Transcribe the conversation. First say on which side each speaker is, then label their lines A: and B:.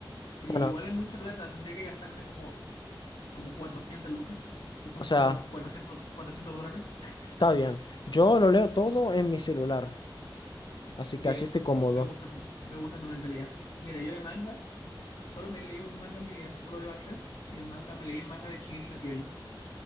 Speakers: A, on the left; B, on the left.
A: Sí,
B: Bueno,
A: igual es mucha plata. Tendría que gastarme como, como 400 lucas, que son
B: o sea,
A: como cuatrocientos cuatrocientos dólares.
B: está
A: Eh,
B: bien. Yo lo leo todo en mi celular, así
A: Bien,
B: que así estoy cómodo.
A: me, me gusta tu, me gusta tu mentalidad. Mira, yo de manga, solo me leí un manga en mi vida. Solo veo animes. Y el manga, me leí el manga de Shingeki no Kyojin.